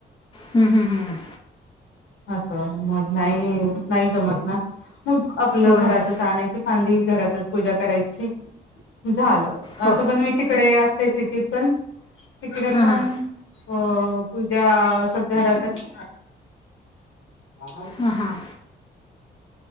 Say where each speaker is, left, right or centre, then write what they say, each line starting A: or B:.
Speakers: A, on the left (about 25°); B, on the left (about 75°).
A: हम् हम हम्.
B: असं मग नाही नाही जमत ना मग आपलं
A: होय
B: घरातच
A: होय
B: आणायची. कांदी घरातच पूजा करायची झाल
A: होय
B: असं पण मी तिकडे असते ति त. पण तिकडे
A: हां
B: पण
A: हां
B: अ पूजा स घरातच. ह. <unintelligible>
A: हा.